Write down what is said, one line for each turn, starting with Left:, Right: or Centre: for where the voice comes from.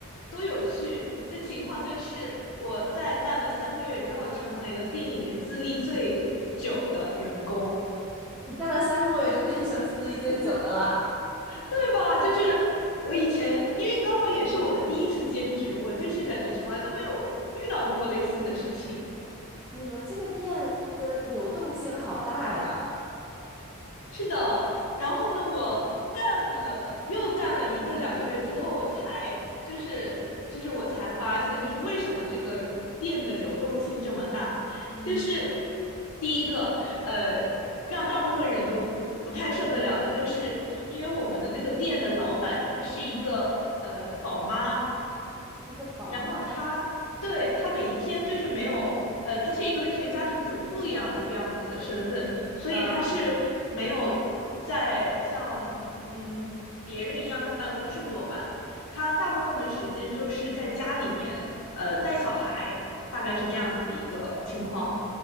Left: 多有趣的情况就是我在干了三个月之后，成为了店里面资历最久的员工，
Centre: 你干了三个月就变成资历最久的啦。
Left: 对吧？就是我以前因为刚好也是我的第一次兼职，我就是感觉从来都没有遇到过类似的事情。
Centre: 你们这个店的流动性好大呀。
Left: 是的，然后呢，我干了又干了一个两个月之后，我才就是就是我才发现，就是为什么这个店的流动性这么大，
Centre: 嗯，
Left: 就是第一个呃，让大部分人都不太受得了的，就是因为我们的那个店的老板她是一个呃宝妈，
Centre: 是一个宝妈。
Left: 然后他对他每一天就是没有，呃，他是一个类似于家庭主妇一样的这样子的身份，所以他是没有在像嗯别人一样在办公室坐班，
Centre: 嗯，
Left: 他大部分的时间就是在家里面，呃，带小孩，大概是这样子的一个情况。